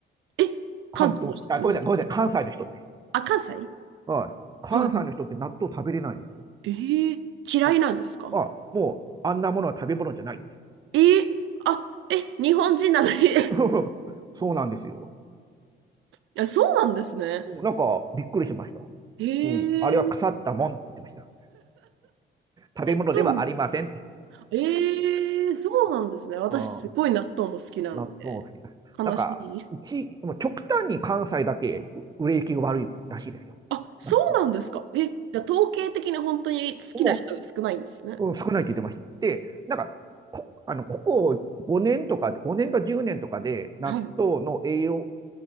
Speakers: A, on the right (about 75°); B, on the right (about 20°).
A: え、
B: 関東、
A: 関東の人って納豆巻き食べる
B: あ、ごめんなさい、ごめんなさい、関西の人って。
A: あ、関西
B: はい。関西の人って納豆食べれないんですよ。
A: はいはい。ええ嫌いなんですか
B: なんか、あ、もう、あんなものは食べ物じゃないって。
A: ええあ、え、日本人なのに <laughs> い
B: <laughs> そうなんですよ。
A: や、そうなんですね。
B: うんなんか、びっくりしました。
A: ええ
B: うん。あれは腐ったもんって言ってました。食べ物ではありませんって。
A: そうなの。ええそうなんですね。私、
B: <laughs> うん
A: すごい納豆も好きなので、
B: 納豆も好きな。
A: 悲しい。
B: なんか、地域、まあ極端に関西だけ売れ行きが悪いらしいですよ。
A: あ、そうなんですか。
B: なうん、
A: え、じゃあ、統計的に本当に好きな人が少ないんですね。
B: もう、うん少ないって言ってました。で、なんか、こ、あの、ここ5年とか、5年か10年とかで、納豆の栄養、
A: はい。